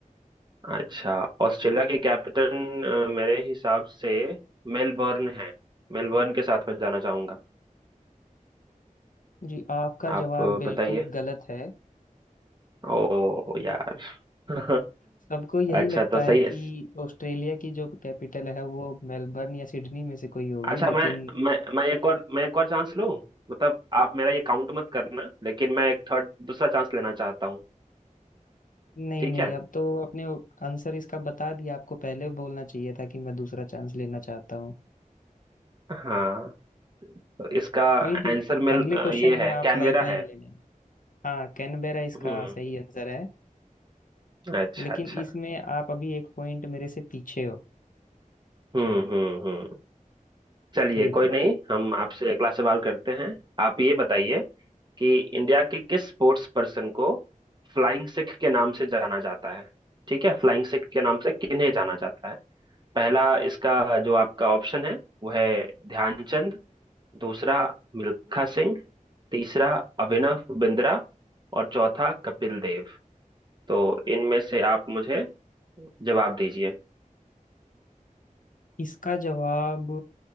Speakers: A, on the right; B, on the left.
A: अच्छा ऑस्ट्रेलिया की कैपिटल मेरे हिसाब से मेलबर्न है मेलबर्न के साथ मैं जाना चाहूंगा
B: जी आपका
A: आप
B: जवाब
A: अ,
B: बिल्कुल
A: बताइए
B: गलत है
A: ओ यार <laughs>
B: सबको यही
A: अच्छा
B: लगता
A: तो सही
B: है कि
A: है
B: ऑस्ट्रेलिया की जो कैपिटल है वो मेलबर्न या सिडनी में से कोई होगी
A: अच्छा
B: लेकिन
A: मैं मैं मैं एक और मैं एक और चांस लूं मतलब आप मेरा ये काउंट मत करना लेकिन मैं एक थर्ड दूसरा चांस लेना चाहता हूँ
B: नहीं
A: ठीक
B: नहीं
A: है
B: अब तो अपने आंसर इसका बता दिया आपको पहले बोलना चाहिए था कि मैं दूसरा चांस लेना चाहता हूँ
A: हाँ तो इसका
B: कोई नहीं
A: आंसर मिल
B: अगले
A: अ,
B: क्वेश्चन
A: ये
B: में
A: है
B: आप
A: कैनवेरा
B: लाइफलाइन
A: है
B: ले लेना हाँ कैनबेरा इसका
A: हम्म
B: सही आंसर है
A: अच्छा
B: लेकिन
A: अच्छा
B: इसमें आप अभी एक पॉइंट मेरे से पीछे हो
A: हम्म हम्म हम्म चलिए
B: ठीक
A: कोई
B: है
A: नहीं हम आपसे अगला सवाल करते हैं आप ये बताइए कि इंडिया के किस स्पोर्ट्स पर्सन को फ्लाइंग सिख के नाम से जाना जाता है ठीक है फ्लाइंग सिख के नाम से किन्हें जाना जाता है पहला इसका जो आपका ऑप्शन है वो है ध्यानचंद दूसरा मिल्खा सिंह तीसरा अभिनव बिंद्रा और चौथा कपिल देव तो इनमें से आप मुझे जवाब दीजिए
B: इसका जवाब